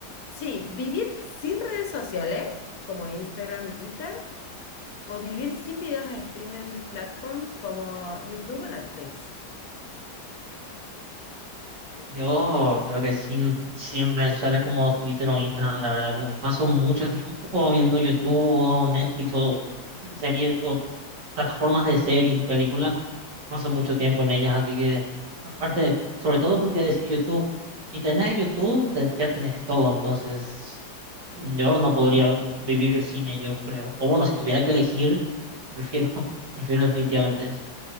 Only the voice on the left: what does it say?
sí, vivir sin redes sociales como Instagram y Twitter o vivir sin videos a streaming platforms como YouTube o Netflix.